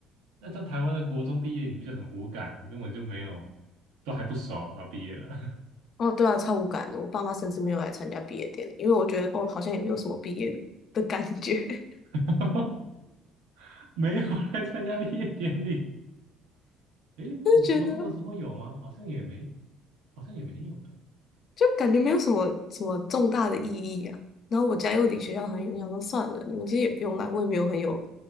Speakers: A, on the right; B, on the left.
A: 那在台湾的国中毕业，你不就很无感，根本就没有，都还不熟，然后毕业了，
B: <laughs> 哦对啊，超无感的。我爸妈甚至没有来参加毕业典礼，因为我觉得哦好像也没有什么毕业的感觉。<laughs>
A: <laughs> 没有来参加毕业典礼。诶，
B: 就觉得
A: 我国中的时候有吗？好像也没，好像也没有诶。
B: 就感觉没有什么什么重大的意义啊。然后我家又离学校很远，想说算了，你们其实也不用来，我也没有很有